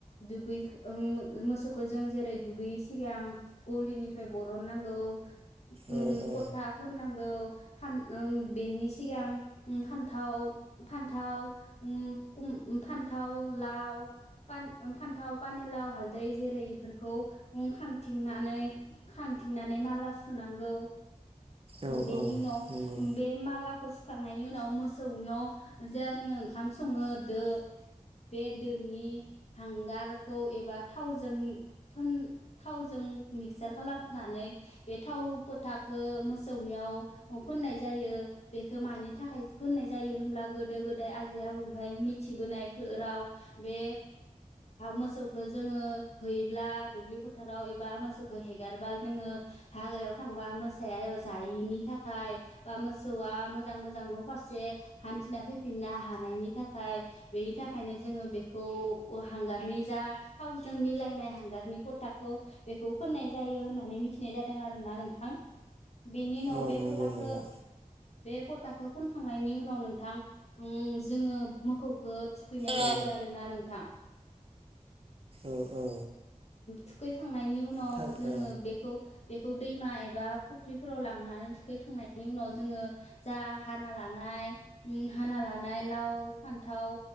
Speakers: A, on the left; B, on the right.
A: दुगै ओं मोसौखो जों जेरै दुगैयै सिगां गलिनिफ्राय बरन नांगौ। उम
B: औ औ
A: पता फोननां गौ फान उम बेनि सिगां उम फान्थाव फान थाव उम कुम फान्थाव लाव फान्थाव पान फान्थाव पानेलाव हालदै जेरै इफोरखौ ओ खांथिंनानै खांथिंनानै माला सुनांगौ।
B: औ
A: बेनि
B: औ
A: उनाव
B: नंगौ।
A: बे मालाखौ फुनखांनायनि उनाव मोसौनियाव जे जोङो ओंखाम सङो दो। बे दोनि हांगारखौ एबा थावजों फोन थावजों मिक्सार खालामनानै बे थाव फोथाखो मोसौनियाव फोननाय जायो। बेखो मानि थाखाय फोननाय जायो होनब्ला गोदो गोदाय आजै आबौनिफ्राय मिथिबोनाय खो राव बे मोसौखौ जोङो हैब्ला दुब्लि फोथाराव एबा मोसौखौ हेगारब्ला जोङो हाग्रायाव थांबा मोसाया जायिनि थाखाय बा मोसौआ मोजां मोजां न' फारसे हान्थिना फैफिननो हानायनि थाखाय बेनि थाखायनो जोङो बेखौ हांगारनि जा थावजों मिलायनाय हांगारनि फोथाखौ बेखौ फोननाय जायो होननानै मिथिनाय जादों आरोना नोंथां। बेनि उनाव
B: औ
A: बे
B: नंगौ
A: फथाखो
B: नंगौ
A: बे फथाखौ फोनखांनायनि उनाव नोंथां उम जोङो मोखौखो थुखैनाय
B: औ
A: जायो आरो ना नोंथां।
B: औ औ।
A: थुखै खांनायनि उनाव
B: थार
A: जोङो
B: ओ
A: बेखौ बे खौ दैमा एबा फुख्रिफोराव लांनानै थुखैखांनायनि उनाव जोङो जा हाना लानाय उम हाना लानाय लाव फान्थाव